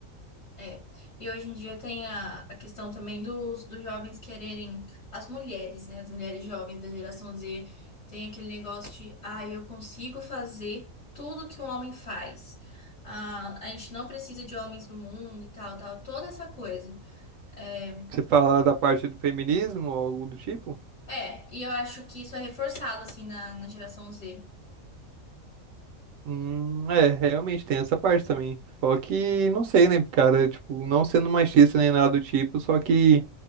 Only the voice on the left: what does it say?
É, e hoje em dia tem a, a questão também dos, dos jovens quererem, as mulheres, né? As mulheres jovens da geração Z tem aquele negócio de, ah, eu consigo fazer tudo que um homem faz. Ah, a gente não precisa de homens no mundo e tal, tal, toda essa coisa. É,
é, e eu acho que isso é reforçado, assim, na, na geração Z.